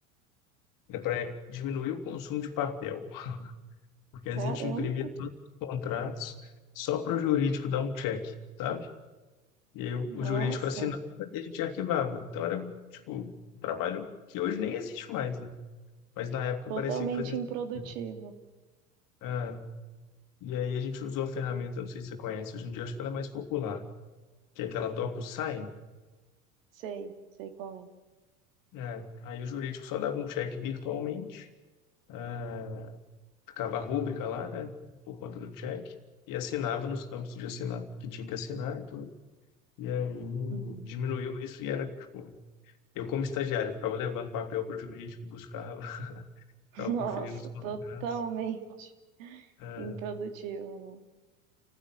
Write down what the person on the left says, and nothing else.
era para diminuir o consumo de papel, porque antes
a gente imprimia todos os contratos só para o jurídico dar um check, sabe? E aí o
o jurídico assinava e a gente arquivava. Então era, tipo, um trabalho que hoje nem existe mais, né? Mas na época
parecia que fazia
sentido. Ah, E aí a gente usou a ferramenta, não sei se você conhece, hoje em dia acho que ela é mais popular, que é aquela DocuSign.
É, aí o jurídico só dava um check virtualmente, ah, ficava a rúbrica lá, né, por conta do check, e assinava nos campos de assinar que tinha que assinar e tudo. E aí
diminuiu isso e era, tipo, eu como estagiário, eu ficava levando papel para o jurídico, buscava, <laughs> ficava
conferindo os contratos.
Ah,